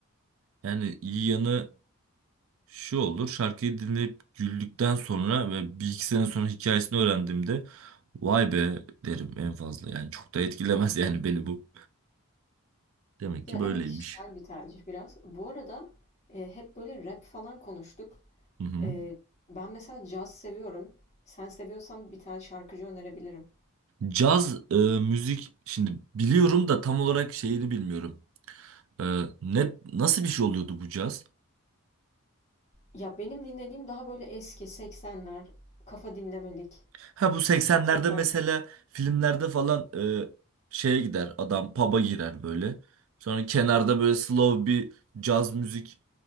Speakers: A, on the right (about 65°); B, on the left (about 30°).
A: Yani iyi yanı şu olur. Şarkıyı dinleyip güldükten sonra ve bir iki sene sonra hikayesini öğrendiğimde vay be derim en fazla. Yani çok da etkilemez <laughs> yani beni bu. Demek
B: Ya
A: ki böyleymiş.
B: evet kişisel bir tercih biraz. Bu arada e, hep böyle rap falan konuştuk.
A: Hı hı.
B: E, ben mesela caz seviyorum. Sen seviyorsan bir tane şarkıcı önerebilirim.
A: Caz e, müzik şimdi biliyorum da tam olarak şeyini bilmiyorum. E, ne nasıl bir şey oluyordu bu caz?
B: Ya benim dinlediğim daha böyle eski 80'ler, kafa dinlemelik,
A: Ha bu 80'lerde
B: saksafon.
A: mesela filmlerde falan e, şeye gider adam pub'a girer böyle. Sonra kenarda böyle slow bir caz müzik